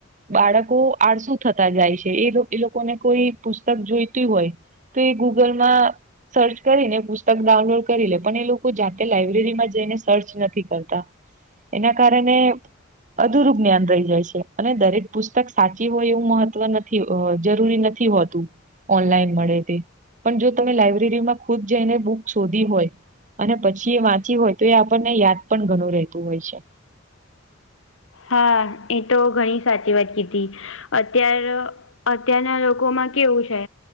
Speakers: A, on the right; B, on the left.
A: બાળકો આળસુ થતા જાય છે. એ લો એ લોકોને કોઈ પુસ્તક જોઈતું હોય તો એ ગૂગલમાં સર્ચ કરીને પુસ્તક ડાઉનલોડ કરી લે પણ એ લોકો જાતે લાયબ્રેરીમાં જઈને સર્ચ નથી કરતા. એના કારણે અધુરું જ્ઞાન રહી જાય છે અને દરેક પુસ્તક સાચી હોય એવું મહત્વ નથી. અ જરૂરી નથી હોતું. ઓનલાઈન મળે તે પણ જો તમે લાઈબ્રેરીમાં ખુદ જઈને બુક શોધી હોય અને પછી વાંચી હોય તો એ આપણને યાદ પણ ઘણું રહેતું હોય છે.
B: હા, એ તો ઘણી સાચી વાત કીધી. અત્યાર અત્યારના લોકોમાં કેવું છે